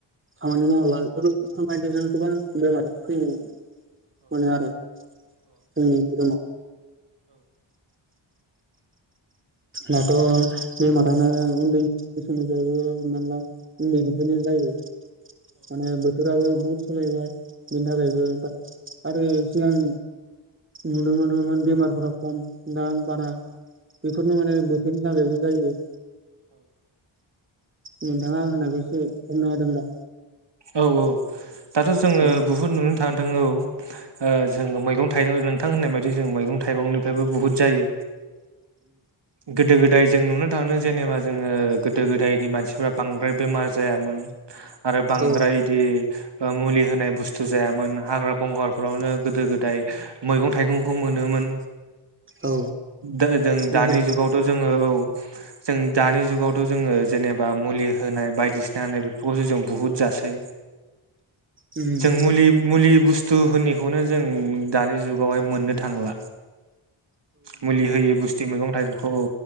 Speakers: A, on the right; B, on the right.
A: खामानि मावला। बेफोर <unintelligible> गोबां बेमार फैयो। मोनो आरो जोंनि रुमाव। दाथ' बेमारानो उन्दै बोसोरनिफ्रायबो हमना ला उन्दैनिफ्रायनो जायो। माने बोथोराबो बुहुद सोलायबाय। बिनि थाखायबो बाद आरो सिगां नुनो मोनोमोन बेमारफोरा खम दा बारा। बेफोरनो माने बोथोरनि थाखायबो जायो। नोंथाङा आं होननाखौ एसे हमनो हादों दा?
B: औ औ दाथ' जोङो
A: उम
B: बुहुद नुनो थांदों औ। ओ जोङो मैगं थाइगं नोंथां होननाय बायदि जों मैगं थाइगंनिफायबो बुहुद जायो। गोदो गोदाय जों नुनो थांङो जेनेबा जोङो गोदो गोदायनि मानसिफोरा बांद्राय बेमार जायामोन। आरो बांद्राय
A: औ
B: इदि ओ मुलि होनाय बुस थु जायामोन, हाग्रा बंगारफोरावनो गोदो गोदाय मैगं थाइगंखौ मोनोमोन।
A: औ
B: दा जों
A: बेफोर
B: दानि जुगावथ' जोङो औ। जों दानि जुगावथ' जोङो जेनेबा मुलि होनाय बायदिसिना होनाय बेफोरखौसो जों बुहुद जासै।
A: उम
B: जों मुलि मुलि बुस थु होनिखौनो जों दानि जुगावहाय मोननो थांला। मुलि होयो बुस्ति मैगं थाइगंखौ औ।